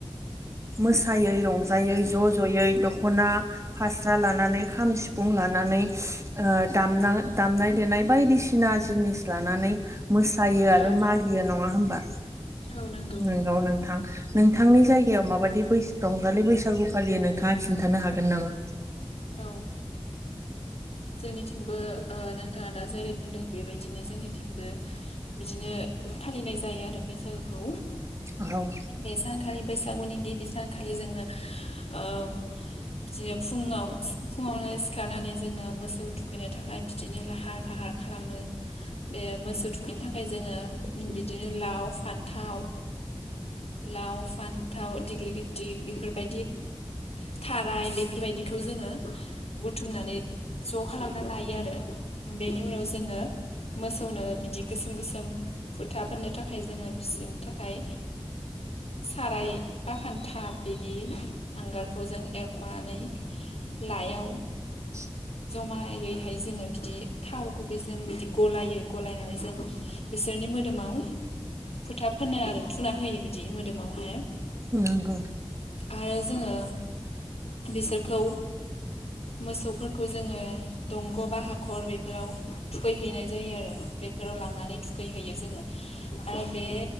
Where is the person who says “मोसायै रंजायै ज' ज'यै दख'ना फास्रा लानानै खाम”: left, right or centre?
Right